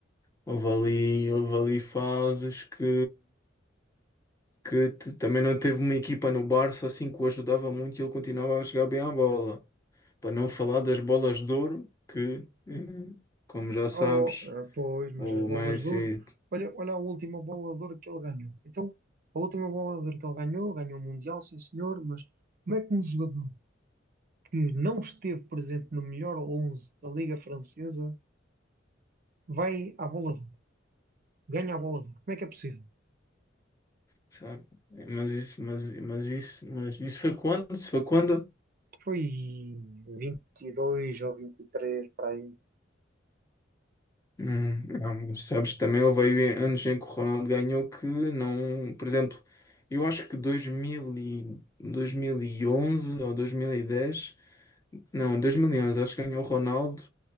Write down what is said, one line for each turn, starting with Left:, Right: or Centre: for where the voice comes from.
Left: houve ali, houve ali fases que, que t- também não teve uma equipa no Barça assim que o ajudava muito e ele continuava a jogar bem à bola. Para não falar das bolas de ouro, que, <laughs> eh, como já sabes,
Right: Oh, eh, pois, mas
Left: o
Right: as bolas
Left: Messi,
Right: de ouro. Olha, olha a última bola de ouro que ele ganhou. Então, a última bola de ouro que ele ganhou, ganhou o Mundial, sim senhor, mas como é que um jogador que não esteve presente no melhor 11 da Liga Francesa vai à bola de ouro, ganha a bola de ouro. Como é que é possível?
Left: sabe? Mas isso, mas, mas isso, mas isso foi quando? Isso foi quando?
Right: Foi 22 ou 23 para aí.
Left: Hum, não, mas sabes que também houve aí anos em que o Ronaldo ganhou que não, por exemplo, eu acho que dois mil e, 2011 ou 2010 não, 2011 acho que ganhou o Ronaldo